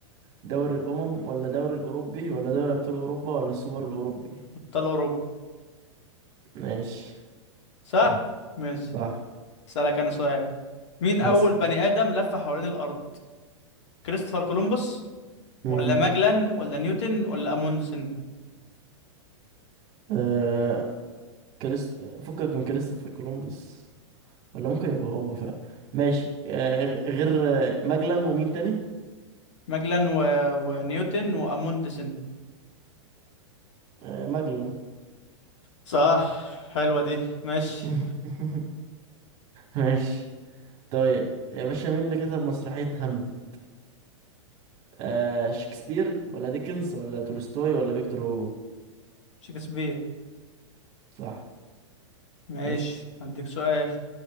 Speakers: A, on the right (about 45°); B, on the left (about 65°).
A: دوري الأمم ولا دوري الأوروبي ولا دوري أبطال أوروبا ولا السوبر الأوروبي
B: ابطال اوروبا
A: ماشي
B: صح
A: صح
B: ماشي
A: صح
B: اسألك انا سؤال مين
A: نسى
B: اول بني ادم لف حوالين الارض كريستوفر كولومبوس
A: امم
B: ولا ماجلان ولا نيوتن ولا اموندسن
A: آه كريست فكك من كريستوفر كولومبوس ولا ممكن يبقى هو فعلا ماشي آه غ- غير آه، ماجلان ومين تاني
B: ماجلان و... ونيوتن واموندسن
A: آه، مجلا
B: صح حلوة دي ماشي
A: <laughs> ماشي طيب يا باشا مين اللي كتب مسرحية هاملت آه شكسبير ولا ديكنز ولا تولستوي ولا فيكتور هوجو
B: شكسبير
A: صح
B: ماشي
A: اسأل
B: هديك سؤال